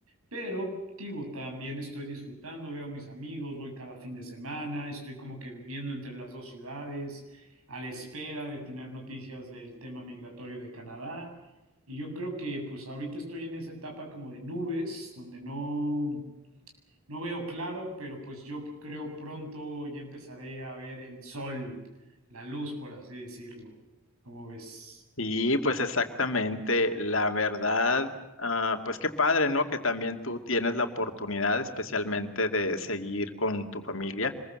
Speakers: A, on the right; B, on the left.
A: Pero, digo, también estoy disfrutando, veo a mis amigos, voy cada fin de semana, estoy como que viviendo entre las dos ciudades, a la espera de tener noticias del tema migratorio de Canadá. Y yo creo que pues ahorita estoy en esa etapa como de nubes, donde no, no veo claro, pero pues yo creo pronto ya empezaré a ver el sol, la luz, por así decirlo. ¿Cómo ves?
B: Y pues exactamente, la verdad, ah, pues qué padre, ¿no? Que también tú tienes la oportunidad especialmente de seguir con tu familia